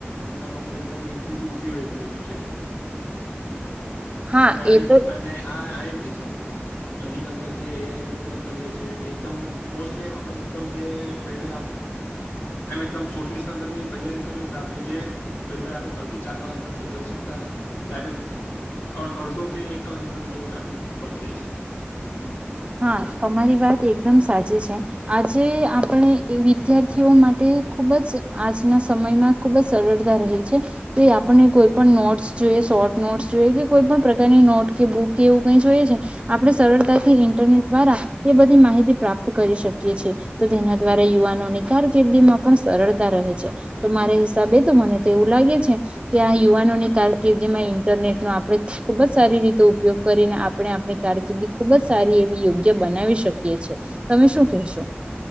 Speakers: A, on the left; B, on the right.
A: એના માટે. એટલે એકદમ ઈઝી થી ઈઝી વે બની ગયું છે.
B: હા
A: અને આ
B: એ
A: ઈંપુ
B: તો
A: અને આ આય એમ પી છે એમ. સ્ટડી ના અંદર જે એ આઈ નો ઉપયોગ કરીએે છીએ એકદમ મોસ્ટલી એ આપણ ને એકદમ જે પેલે એમ એકદમ શોર્ટ લિસ્ટ ના અંદર બી તૈયારી કરીયવી હોય ને તો આપણે જે પેલે આપણે ત્રણ થી ચાર કલાકની અંદર કરી શકતા હતા. ત્યાં આજે અડ અડધો કે એક કલાકની અંદર <unintelligible> આખું પતી જાય છે.
B: હા
A: મહેનત
B: તમારી વાત એકદમ સાચી છે, કે આજે આ પણ એ વિદ્યાર્થીઓ માટે ખુબ જ આજના સમયમાં ખુબ જ સરળતા રહે છે. તો આપણને કોઈ પણ નોટસ જોઈએ શોર્ટ નોટ્સ જોઈએ કે કોઈ પણ પ્રકારની નોટ કે બુક કે એવું કઈ જોઈએ આપણે સરળતાથી એની દ્વારા એ બધી માહિતી પ્રાપ્ત કરી શકીએ છે. તો તેના દ્વારા યુવાનો ને કારકિર્દી માં પણ સરળતા રહે છે. તો મારા હિસાબે તો મને તો એવું લાગે છે કે આ યુવાનો ની કારકિર્દી જેમાં ઇન્ટરનેટ નો આપણે ખુબ જ સારી રીતે ઉપયોગ કરીને આપણે આપણી કારકિર્દી ખુબ જ સારી યોગ્ય બનાવી શકીએ છે તમે શું કહેશો?